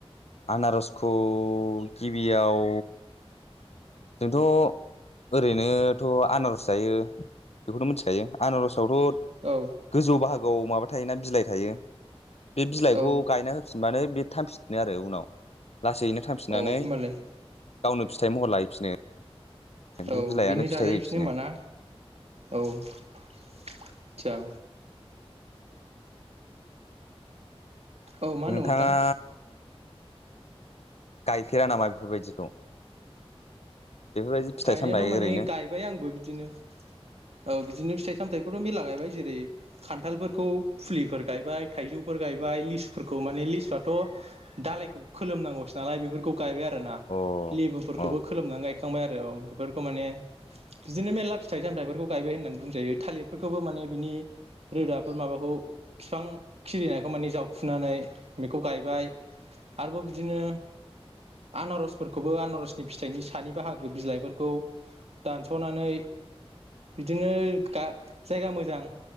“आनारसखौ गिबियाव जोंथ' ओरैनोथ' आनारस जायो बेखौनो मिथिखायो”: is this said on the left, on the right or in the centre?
Left